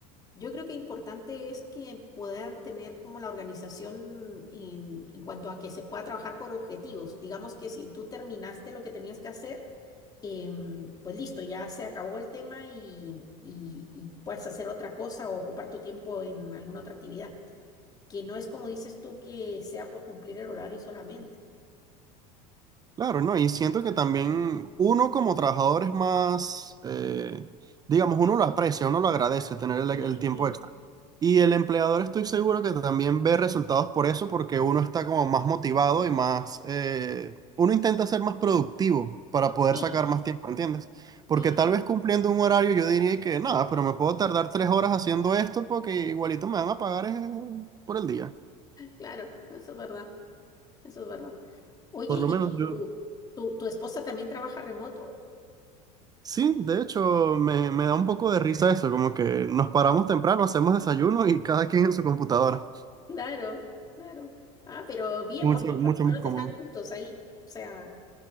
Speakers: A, on the left; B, on the right.
A: Yo creo que importante es que puedan tener como la organización en, en cuanto a que se pueda trabajar por objetivos. Digamos que si tú terminaste lo que tenías que hacer, em, pues listo, ya se acabó el tema y, y- y puedes hacer otra cosa o ocupar tu tiempo en alguna otra actividad, que no es como dices tú que sea por cumplir el horario solamente.
B: Claro, ¿no? Y siento que también uno como trabajador es más, eh, digamos, uno lo aprecia, uno lo agradece tener el,
A: Sí,
B: el tiempo
A: sí,
B: extra. Y el empleador estoy seguro que también ve resultados por eso, porque uno está como más motivado y más, eh, uno intenta ser más productivo para poder
A: sí,
B: sacar más tiempo, ¿entiendes? Porque
A: sí,
B: tal vez cumpliendo un horario yo diría que nada, pero me puedo tardar tres horas haciendo esto porque igualito me van a pagar eh, por el día.
A: claro, eso es verdad, eso es verdad. Oye,
B: Por
A: ¿y
B: lo menos yo.
A: tu, tu tu esposa también trabaja remoto?
B: Sí, de hecho, me, me da un poco de risa eso, como que nos paramos temprano, hacemos desayuno y cada quien en su computadora.
A: Claro, claro. Ah, pero bien,
B: Mucho,
A: porque por
B: mucho
A: lo menos
B: más cómodo.
A: están juntos ahí. O sea,